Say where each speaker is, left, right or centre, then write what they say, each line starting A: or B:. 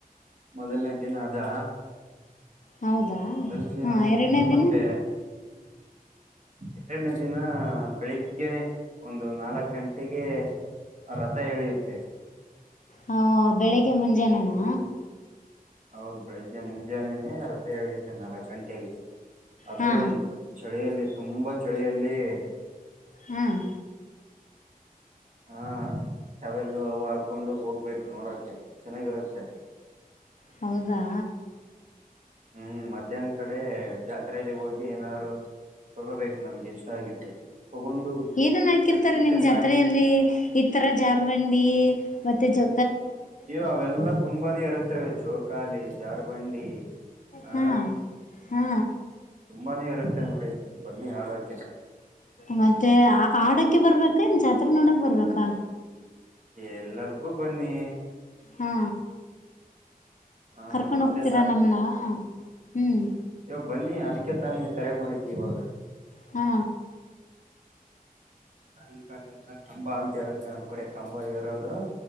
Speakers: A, on the right (about 55°); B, on the left (about 55°).
A: ಮೊದಲನೇ ದಿನ ಅದಾ
B: ಹೌದಾ
A: ಮೊದಲನೇ
B: ಹಾ
A: ಅನಕ್ಕೆನು
B: ಎರಡನೇ
A: ಮತ್ತೆ
B: ದಿನ
A: ಎರಡನೇ ದಿನ ಬೆಳಗ್ಗೆನೆ ಒಂದು ನಾಲ್ಕ್ ಗಂಟೆಗೆ ರಥ ಎಳಿಯುತ್ತೆ
B: ಹ ಬೆಳಿಗ್ಗೆ ಮುಂಜಾನೇನ
A: ಗುಡಿ ಹೌದು ಬೆಳಿಗ್ಗೆ ಮುಂಜಾನೆನೇ ರಥ ಎಳೆಯುತೆೇ ನಾಲ್ಕು ಗಂಟೆಗೆ ಅದು
B: ಹಾ
A: ಒಂ ಚಳಿಯಲ್ಲಿ ತುಂಬಾ ಚಳಿಯಲ್ಲಿ
B: ಹ್ಮ್
A: ಹಾ ಟವೆೆಲ್ಲೂ ಅವು ಹಾಕೊಂಡು ಹೋಗ್ಬೇಕು ನೋಡಕೆ ಚೆನ್ನಾಗಿರತ್ತೆ.
B: ಹೌದಾ
A: ಹ್ಮ್ ಮಧ್ಯಾಹ್ನ ಕಡೆ ಜಾತ್ರೆಗೆ ಹೋಗಿ ಏನಾದ್ರು ತಗೋಬೇಕು ನಮ್ಗೆ ಇಷ್ಟ ಆಗಿದ್ದು ತಗೊಂಡು
B: ಏನನ್ ಹಾಕಿರ್ತಾರೆ
A: ಮತ್ತೆ
B: ನಿಮ್
A: ಸಾಯಿ
B: ಜಾತ್ರೆಯಲ್ಲಿ ಇತರ ಜಾರ್ಬಂಡಿ ಮತ್ತೆ ಜೊ
A: ಅಯ್ಯೋ ಅವೆಲ್ಲಾ ತುಂಬಾನೇ ಇರುತ್ತವೆ. ಜೋಕಾಲಿ ಜಾರ್ಬಂಡಿ ಹ
B: ಹಾ ಹಾ
A: ತುಂಬಾನೇ ಇರುತ್ತೆ ನೋಡಿ ಬನ್ನಿ ಆಡೋಕೆ
B: ಮತ್ತೆ ಆ ಆಡೋಕೆ ಬರ್ಬೇಕ ಏನ್ ಜಾತ್ರೆ ನೋಡಕ್ ಬರ್ಬೇಕ ಕ
A: ಎಲ್ಲಾದಕ್ಕೂ ಬನ್ನಿ
B: ಹಾ
A: ಆ
B: ಕರ್ಕೊಂಡು
A: ಮತ್ತೆ
B: ಹೋಗ್ತೀರಾ ನಮ್ನ ಹ್ಮ್
A: ಅಯ್ಯೋ ಬನ್ನಿ ಅದಕ್ಕೆ ತಾನೇ ಕರೆ ಮಾಡಿದ್ದು ಇವಾಗ
B: ಹಾ
A: ಕಾಯಿಲ್ ಕಾಲು ಎಲ್ಲಾ ಕಂಬ ಅಂತ ಇರುತ್ತೆ ನಮ್ ಕಡೆ ಕಂಬ ಹೆರೋದು